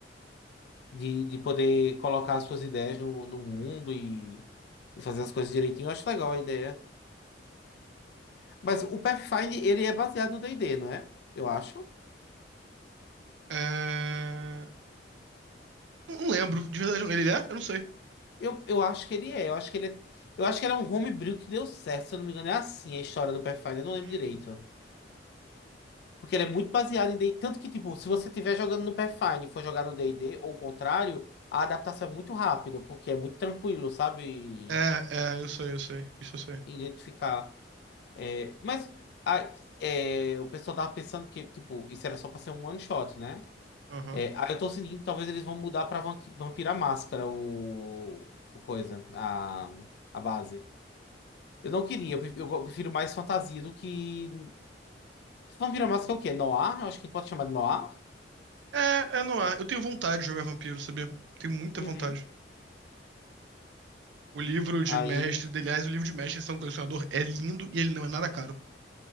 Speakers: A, on the left (about 60°); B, on the right (about 75°).
A: De, de poder colocar as suas ideias no, no mundo e, e fazer as coisas direitinho. Eu acho legal a ideia. Mas o Pathfinder, ele é baseado no D&D, não é? Eu acho.
B: É, Não não lembro, de verdade. Ele é? Eu não sei.
A: Eu, eu acho que ele é. Eu acho que ele é. Eu acho que ele é um homebrew que deu certo, se eu não me engano. É assim a história do Pathfinder, eu não lembro
B: Hum.
A: direito. Porque ele é muito baseado em D&D. Tanto que, tipo, se você estiver jogando no Pathfinder e for jogar no D&D, ou o contrário, a adaptação é muito rápida, porque é muito tranquilo, sabe?
B: É, é, eu sei, eu sei. Isso eu sei.
A: Identificar. É, mas a- é, o pessoal tava pensando que, tipo, isso era só pra ser um one shot, né?
B: Aham.
A: É, aí eu tô sentindo que talvez eles vão mudar pra Van- Vampira Máscara o, o coisa, a, a base. Eu não queria, eu prefiro eu prefiro mais fantasia do que... Vampira Máscara é o quê? Noir? Eu acho que pode chamar de Noir.
B: É, é no ar. Eu tenho vontade de jogar vampiro, sabia? Tenho muita
A: Uhum.
B: vontade. O livro de
A: Aí
B: mestre, dele- aliás, o livro de mestre de São um Colecionador é lindo e ele não é nada caro.